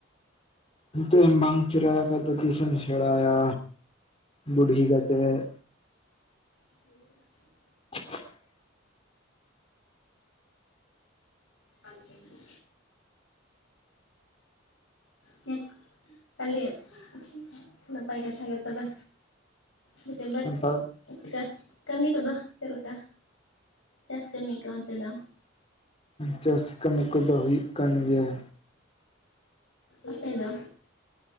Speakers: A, on the left; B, on the left.
A: ᱱᱤᱛᱚᱜ ᱟᱢ ᱵᱟᱝ ᱥᱮᱬᱟᱭ ᱠᱷᱟᱱ ᱥᱫᱚ ᱛᱤᱥᱮᱢ ᱥᱮᱬᱟᱭᱟ ᱵᱩᱰᱷᱤ ᱠᱟᱛᱮᱫ
B: <unintelligible>
A: <unintelligible>
B: ᱟᱞᱮ ᱴᱷᱮᱱ ᱜᱮ ᱪᱮᱫ <unintelligible> ᱠᱷᱟᱹᱞᱤ <unintelligible> ᱱᱟᱯᱟᱭ ᱠᱟᱛᱷᱟ ᱜᱮ ᱛᱚᱵᱮ ᱱᱤᱛᱚᱜ ᱵᱟᱹᱛ
A: ᱱᱮᱛᱟᱨ
B: ᱮᱱᱠᱷᱟᱱ ᱠᱟᱹᱢᱤ ᱠᱚᱫᱚ ᱪᱮᱫ ᱞᱮᱠᱟ ᱪᱟᱥ ᱠᱟᱹᱢᱤ ᱠᱚ ᱚᱱᱛᱮ ᱫᱚ?
A: ᱪᱟᱥ ᱠᱟᱹᱢᱤ ᱠᱚᱫᱚ ᱦᱩᱭᱩᱜ ᱠᱟᱱ ᱜᱮᱭᱟ᱾
B: ᱟᱯᱮ ᱫᱚ